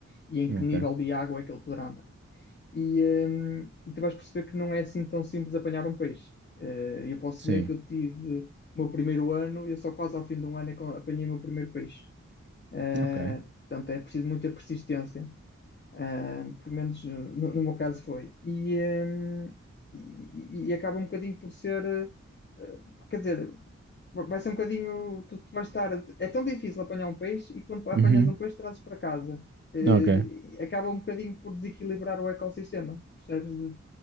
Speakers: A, on the left; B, on the right.
A: e em
B: Ok.
A: que nível de água é que ele poderá andar e, hum, e tu vais perceber que não é assim tão simples apanhar um peixe. Eh, eu posso
B: Sim.
A: dizer que eu tive o meu primeiro ano e eu só quase ao fim de um ano é que eu apanhei o meu primeiro peixe. Eh,
B: Ok.
A: portanto, é preciso muita persistência. Ah, pelo menos eh, no, no meu caso foi. E, eh, e, e- e acaba um bocadinho por ser, eh, eh, quer dizer, va- vai ser um bocadinho, tu, tu vais estar, é tão difícil apanhar um peixe e quando apanhas
B: Uhum.
A: um peixe trazes para casa. Eh,
B: Ok.
A: acaba um bocadinho por desequilibrar o ecossistema, percebes? De,